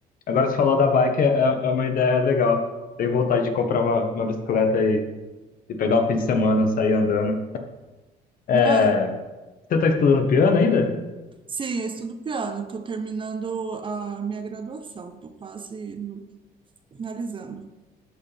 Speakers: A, on the left; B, on the right.
A: Agora, você falou da bike, é, é é uma ideia legal. Tenho vontade de comprar uma, uma bicicleta e, e pegar o fim de semana, sair andando. É,
B: na...
A: você tá estudando piano ainda?
B: Sim, eu estudo piano. Estou terminando a minha graduação. Estou quase no- finalizando.